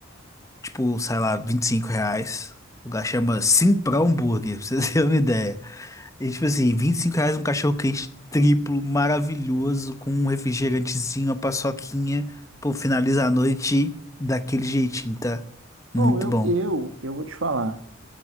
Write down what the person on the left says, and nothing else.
Tipo, sei lá, 25 reais. O lugar chama Simprão Burger, <laughs> pra vocês terem uma ideia. E tipo assim, 25 reais um cachorro quente triplo, maravilhoso, com um refrigerantezinho, uma paçoquinha. Pô, finaliza a noite daquele jeitinho, tá? Muito
bom.